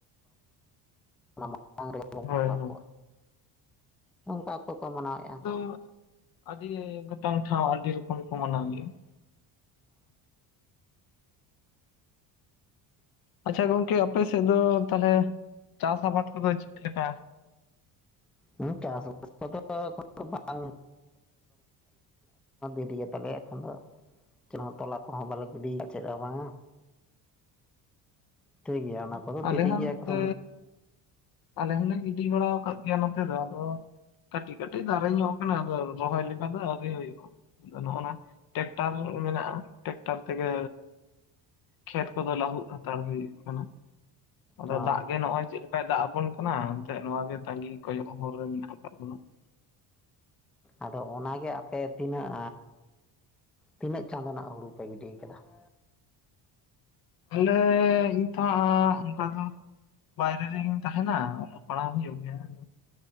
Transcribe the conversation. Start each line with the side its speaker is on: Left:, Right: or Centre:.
Centre: ᱚᱱᱟ ᱢᱟᱲᱟᱝ ᱨᱮ ᱵᱚᱱ
Left: ᱦᱳᱭ
Centre: ᱵᱚᱸᱜᱟ
Left: ᱦᱳᱭ
Centre: ᱠᱚᱣᱟ ᱱᱚᱝᱠᱟ ᱠᱚ ᱠᱚ ᱢᱟᱱᱟᱣᱮᱫᱼᱟ
Left: ᱟᱫᱚ
Centre: ᱾
Left: ᱟᱹᱰᱤ ᱜᱚᱴᱟᱝ ᱴᱷᱟᱶ ᱟᱹᱰᱤ ᱨᱚᱠᱚᱢ ᱠᱚ ᱢᱟᱱᱟᱣ ᱜᱮᱭᱟ ᱾ ᱟᱪᱪᱷᱟ ᱜᱚᱝᱠᱮ ᱟᱯᱮ ᱥᱮᱫ ᱫᱚ ᱛᱟᱦᱚᱞᱮ ᱪᱟᱥ ᱟᱵᱟᱫ ᱠᱚᱫᱚ ᱪᱮᱫ ᱞᱮᱠᱟ ᱾
Centre: ᱦᱮᱸ ᱪᱟᱥᱵᱟᱥ ᱠᱚ ᱮᱠᱷᱚᱱ ᱫᱚ ᱵᱟᱝ ᱮ ᱫᱮᱨᱤ ᱛᱟᱞᱮ ᱮᱠᱷᱚᱱ ᱫᱚ ᱪᱮᱫ ᱦᱚᱸ ᱛᱚᱞᱟ ᱠᱚᱦᱚᱸ ᱵᱟᱞᱮ ᱜᱤᱰᱤ ᱪᱮᱫ ᱦᱚᱸ ᱵᱟᱝᱟ ᱴᱷᱤᱠ ᱜᱮᱭᱟ ᱚᱱᱟ ᱠᱚᱫᱚ ᱫᱮᱨᱤ
Left: ᱟᱞᱮ ᱦᱚᱸ
Centre: ᱜᱮᱭᱟ
Left: ᱱᱚᱛᱮ
Centre: ᱮᱠᱷᱚᱱ ᱫᱚ
Left: ᱟᱞᱮ ᱦᱚᱸᱞᱮ ᱜᱤᱰᱤ ᱵᱟᱲᱟ ᱟᱠᱟᱫ ᱜᱮᱭᱟ ᱱᱚᱛᱮ ᱫᱚ ᱟᱫᱚ ᱠᱟᱹᱴᱤᱡ ᱠᱟᱹᱴᱤᱡ ᱫᱟᱨᱮ ᱧᱚᱜ ᱠᱟᱱᱟ ᱟᱫᱚ ᱨᱚᱦᱚᱭ ᱞᱮᱠᱟ ᱫᱚ ᱟᱹᱣᱨᱤ ᱦᱩᱭᱩᱜᱼᱟ ᱟᱫᱚ ᱱᱚᱜᱼᱚᱱᱟ ᱴᱮᱠᱴᱟᱨ ᱢᱮᱱᱟᱜᱼᱟ ᱴᱮᱠᱴᱟᱨ ᱛᱮᱜᱮ ᱠᱷᱮᱛ ᱠᱚᱫᱚ ᱞᱟᱹᱦᱩᱫ ᱦᱟᱛᱟᱲ ᱦᱩᱭᱩᱜ ᱠᱟᱱᱟ ᱾ ᱟᱫᱚ
Centre: ᱚ
Left: ᱫᱟᱜ ᱜᱮ ᱱᱚᱜ ᱚᱚᱭ ᱪᱮᱫ ᱞᱮᱠᱟᱭ ᱫᱟᱜ ᱟᱵᱚᱱ ᱠᱟᱱᱟ ᱮᱱᱛᱮᱜ ᱱᱚᱣᱟ ᱜᱮ ᱛᱟᱹᱜᱤ ᱠᱚᱭᱚᱜ ᱦᱚᱨ ᱨᱮ ᱢᱮᱱᱟᱜ ᱟᱠᱟᱫ ᱵᱚᱱᱟ ᱾
Centre: ᱟᱫᱚ ᱚᱱᱟᱜᱮ ᱟᱯᱮ ᱛᱤᱱᱟᱹᱜ ᱛᱤᱱᱟᱹᱜ ᱪᱟᱸᱫᱳ ᱱᱟᱜ ᱦᱩᱲᱩ ᱯᱮ ᱜᱤᱰᱤ ᱠᱟᱫᱟ ᱾
Left: ᱟᱞᱮ ᱱᱤᱛᱚᱜ ᱚᱱᱠᱟ ᱫᱚ ᱵᱟᱭᱨᱮ ᱨᱮᱜᱮ ᱛᱟᱦᱮᱸᱱᱟ ᱚᱞᱚᱜ ᱯᱟᱲᱦᱟᱣ ᱦᱩᱭᱩᱜ ᱜᱮᱭᱟ ᱾